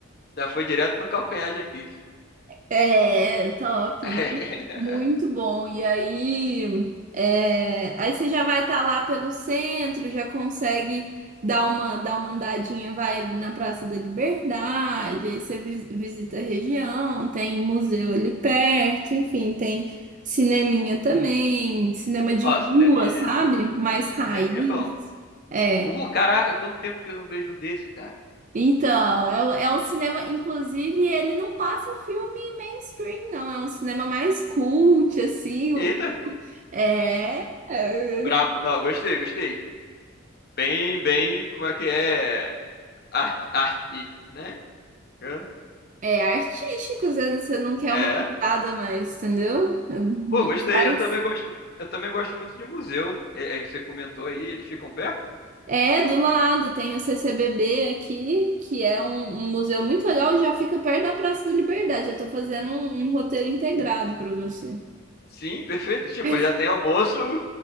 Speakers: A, on the left; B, on the right.
A: já foi direto no calcanhar de Aquiles.
B: É, top.
A: <laughs>
B: Muito bom. E aí, é, aí você já vai estar lá pelo centro, já consegue dar uma, dar uma andadinha, vai ali na Praça da Liberdade, aí você vis- visita a região, tem museu ali perto, enfim, tem cineminha também, cinema de
A: Ó, cineminha,
B: rua, sabe?
A: é-
B: Mais raiz.
A: cineminha é bom.
B: É.
A: Pô, caraca, quanto tempo que eu não vejo um desse, cara.
B: Então, é, o- é um cinema, inclusive, ele não passa filme mainstream, não. É um cinema mais cult, assim.
A: Eita!
B: É, é,
A: Brabo. Não, gostei, gostei. Bem, bem, como é que é? Ar- Arte, né? Hã?
B: é artístico, você não você não quer
A: É.
B: uma pegada mais, entendeu? Não
A: Pô, gostei.
B: faz.
A: Eu também gosto, eu também gosto muito de museu. É, é que você comentou aí, eles ficam perto?
B: É, do lado tem o CCBB aqui, que é um, um museu muito legal, e já fica perto da Praça da Liberdade. Eu tô fazendo um, um roteiro integrado para você.
A: Sim, perfeito. Tipo,
B: <laughs>
A: já tem almoço